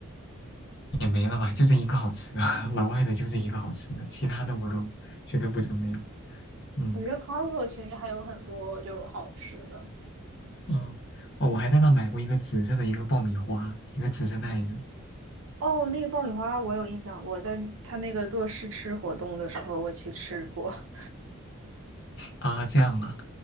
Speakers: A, on the left (about 50°); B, on the right (about 70°).
A: 也没了吧，就这一个好吃的，<laughs> 老外的就这一个好吃的，其他的我都觉得不怎么样。嗯。
B: 我觉得 Costco 其实还有很多就好吃的。
A: 嗯，哦，我还在那买过一个紫色的一个爆米花，一个紫色袋子
B: 哦，那个爆米花我有印象，我在他那个做试吃活动的时候我去吃过。<laughs>
A: 啊，这样啊，